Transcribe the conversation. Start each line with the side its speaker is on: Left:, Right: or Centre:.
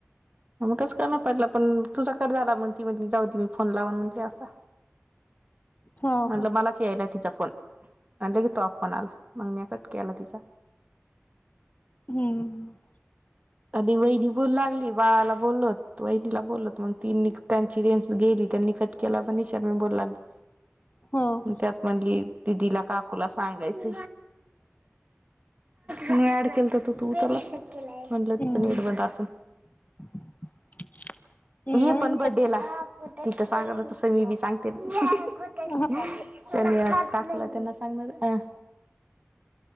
Right: मग कस काय म पडला पण तुझा कट झाला मंग ती म्हटली जाऊदित मी फोन लावन म्हणली आता.
Left: हो
Right: म्हणलं
Left: का
Right: मलाच यायला तिचा फोन, आणि लगेच तुझा फोन आला, मंग म्या कट केला तिचा.
Left: हम्म.
Right: आधी वहिनी बोलू लागली, बाळाला बोललोत वहिणीला बोलत, मंग ति त्यांची रेंज गेली त्यांनी कट केला पण निशर्मी बोलू लागली.
Left: हो
Right: म
Left: का
Right: त्यात म्हणली दिदीला काकूला सांगायच. मी ऍड केलं तर तू तू उचलाच नाही म्हणलं तिचं
Left: हम्म
Right: नीट बंद असन
Left: <inaudible>
Right: ये
Left: नाही
Right: पण बर्थडेला तिथं सांग तस मी बी सांगते. <unintelligible>
Left: हा
Right: च टाकलं सांगण-